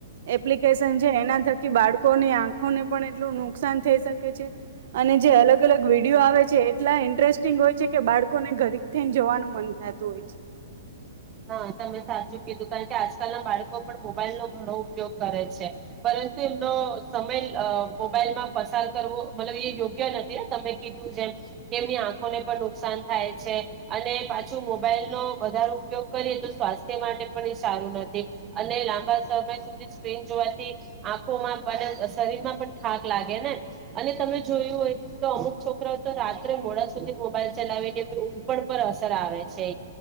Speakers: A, on the right; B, on the right.
A: એપ્લિકેશન એના થકી બાળકોની આંખોને પણ એટલું નુકસાન થઈ શકે છે અને જે અલગ અલગ વિડીિયો આવે છે એટલા ઇન્ટરેસ્ટિંગ હોય છે કે બાળકોને ઘરી થઈને જવાનું મન થતું હોય છે.
B: હા તમે સાચું કીધું કારણ કે આજકાલના બાળકો પણ મોબાઈલ નો ઘણો ઉપયોગ કરે છે. પરંતુ એમનો સમય મોબાઈલમાં પસાર કરવો મતલબ એ યોગ્ય નથી ને તમે કીધું જેમ કે એમની આંખોને પણ નુકસાન થાય છે અને પાછો મોબાઈલનો વધારે ઉપયોગ કરીએ તો સ્વાસ્થ્ય માટે પણ એ સારું નથી અને લાંબા સમય સુધી સ્ક્રીન જોવાથી આંખોમાં અને શરીરમાં પણ થાક લાગે ને અને તમે જોયું હોય તો અમુક છોકરાઓ તો રાત્રે મોડા સુધી મોબાઈલ ચલાવીને ઉપ પર આવે છે